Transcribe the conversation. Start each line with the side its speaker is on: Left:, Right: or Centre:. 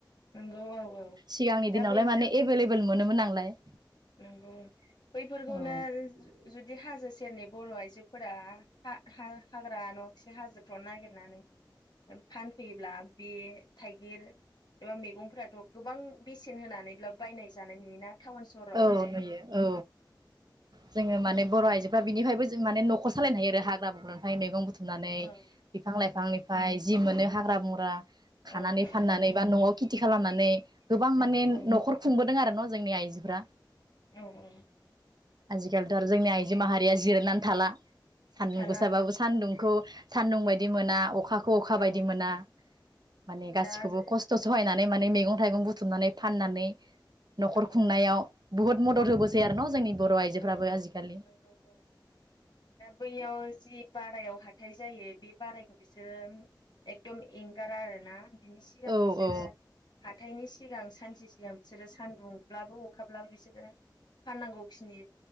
Left: नंगौ औ औ
Right: सिगांनि
Left: दा
Right: दिनावलाय
Left: बै
Right: माने एभेलेबेल मोनोमोन नालाय।
Left: नोंगौ। ओ बैफोरखौनो
Right: औ
Left: जु-जुदि हाजो सेरनि बर' आइजोफोरा हा-हा-हाग्रा न'आखि हाजोफ्राव नागिरनानै फानफैयोब्ला बे थाइगिर एबा मैगंफोराथ' गोबां बेसे न होनानैब्ला बायनाय जानाय नुयोना टाउन सहरावहाय
Right: औ नुयो औ जोङो माने बर' आइजोफ्रा बिनिफ्रायबो जों माने न'खर सालायनो हायो आरो हाग्रा बंग्रा फाय मैगं बुथुमनानै
Left: नंगौ औ
Right: बिफां
Left: औ
Right: लाइफांनिफ्राय जि मोनो हाग्रा बंग्रा खानानै
Left: औ औ
Right: फाननानै बा न'आव खेथि खालामनानै गोबां
Left: नंगौ
Right: माने
Left: औ
Right: न'खर खुंबोदों आरो न' जोंनि आइजोफ्रा?
Left: औ औ
Right: आजिखालिथ' आरो जोंनि आइजो माहारिया जिरायनानै थाला। सान्दुं
Left: थाला
Right: गोसाबाबो
Left: औ
Right: सान्दुंखौ सान्दुं बायदि मोना अ खाखौ अखा
Left: औ
Right: बायदि मोना। माने गासिखौबो
Left: दा
Right: खस्थ' सहायनानै
Left: औ
Right: माने मैगं थाइगं बु थुमनानै फाननानै न'खर
Left: औ
Right: खुंनायाव बुहुत मदद होबोसै आरो न' जोंनि बर' आइजोफ्राबो
Left: औ
Right: आजिखालि
Left: नंगौ औ दा बैयाव जि बारायाव हाथाय जायो बे बारायखौ बिसोरो एकदम एंगारा आरोना। बिनि सिगां
Right: औ
Left: बिसोरो
Right: औ
Left: हाथायनि सि सिगां सान से सिगां बिसोरो सानदुंब्लाबो अखा अब्ला बिसोरो फाननांगौ खिनि